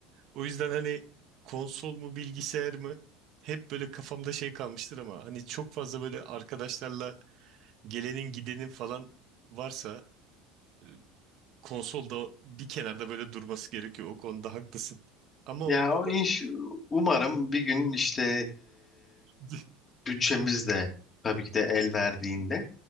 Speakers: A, on the right; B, on the left.
A: O yüzden hani konsol mu bilgisayar mı hep böyle kafamda şey kalmıştır ama hani çok fazla böyle arkadaşlarla gelenin gidenin falan varsa e, konsolda bir kenarda böyle durması gerekiyor. O konuda haklısın. Ama
B: Ya
A: onda
B: o
A: da
B: inş umarım bir gün işte
A: <laughs>
B: bütçemiz de tabii ki de el verdiğinde